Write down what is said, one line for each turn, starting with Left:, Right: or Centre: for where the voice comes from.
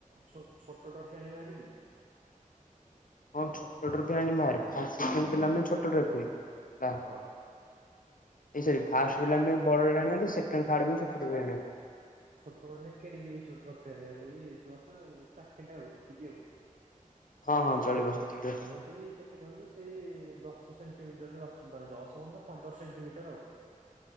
Right: ଛୋଟ ଟ୍ରଫି ଆଣିବାଭାରି କି?
Left: ହଁ ଛୋଟ ଟ୍ରଫି ଆଣିବା ଭାରି ଫାଷ୍ଟ ସେକେଣ୍ଡ ପିଲା ପାଇଁ ଛୋଟ ଟ୍ରଫି। ହେଲା
Right: ହଁ।
Left: ଏଇ ସରି ଫାଷ୍ଟେ ପିଲାଙ୍କ ପାଇଁ ବଡ ଟ୍ରଫି ଆଣିବା ଭାରି ସେକେଣ୍ଡ ଥାଡ ପାଇଁ ଛୋଟ ଟ୍ରଫି ଆଣିବା।
Right: ଛୋଟ ମାନେ କେଡି କେଡି ଛୋଟ ଟ୍ରଫି ଆଣିବା <unintelligible> ଏଇ ଚାଖଣ୍ଡେ ଆଉ ଏତିକି ଆଉ
Left: ହଁ ହଁ ଚଳିବ ସେତିକିରେ
Right: ଆମର ସେଇ କେତେ କହିଲୁ ସେଇ ଦଶ ସେଣ୍ଟିମିଟର ଦଶ ହ ପନ୍ଦର ସେଣ୍ଟିମିଟର ଆଉ